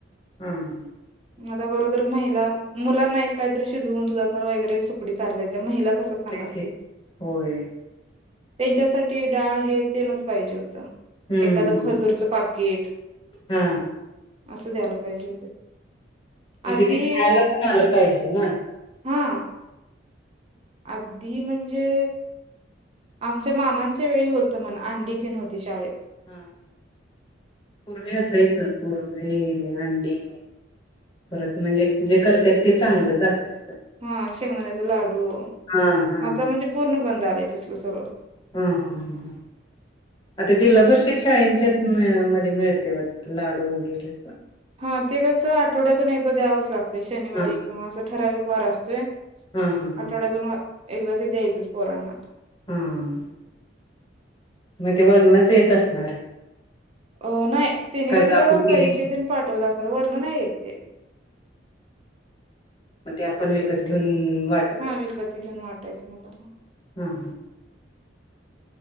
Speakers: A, on the left (about 25°); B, on the right (about 35°).
A: हां.
B: आता गरोदर महिला, मुलांना काहीतरी शिजवून दुधात वगैरे सुकडी चारता येत्या. महिला कसं खाणार
A: की
B: ते?
A: होय
B: त्यांच्यासाठी डाळ हे, तेनच पाहिजे होतं.
A: हम्म.
B: एखादं खजूरचं पाकिट
A: हा.
B: असं द्यायला पाहिजे होते.
A: म्हणजे
B: आधी
A: ते खायला पण आलं पाहिजे ना.
B: हा. आत्ती म्हणजे आमच्या मामांच्या वेळी होत, म्हण अंडी तेन होती शाळेत
A: ह पूर्वे असायच. पूर्वे अंडी परत म्हणजे, जे करतेत ते चांगलंच असायचं.
B: हा शेंगदाण्याचा लाडू,
A: हा हा
B: आता म्हणजे पूर्ण बंद आलंय तसल सगळं.
A: हम आता जिल्हापरीषद शाळेंच्यात, मध्ये मिळते वाटत. लाडू वगैरे अस
B: हा. ते कसं आठवड्यातून एकदा द्यावच लागते. शनिवारी
A: हा
B: किंवा असं ठराविक वार असतो. ते
A: हा हा
B: आठवड्यातून एकदा ते द्यायचच पोरांना
A: हम मग ते वरणच येत असणार.
B: अ नाही. तिने
A: कर्ज
B: कायतर
A: आपण घ्यायच
B: पैसे तेन पाठवत असणार. वर्ण नाही येत ते
A: मग ते आपण विकत घेऊन, वाट
B: हा विकत घेऊन वाटायचं, मुलांना
A: हां.